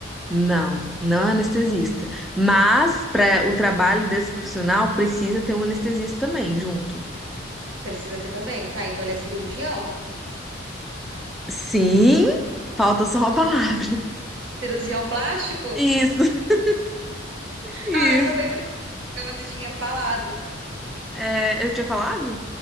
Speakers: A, in the centre; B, on the right.
A: Não, não é anestesista. Mas para o trabalho desse profissional precisa ter um anestesista também junto.
B: Precisa ter também, tá? Então, ele é cirurgião?
A: Sim, falta só uma palavra.
B: Cirurgião plástico?
A: Isso, <laughs> isso.
B: Ah, essa foi a que você tinha falado.
A: É, eu tinha falado?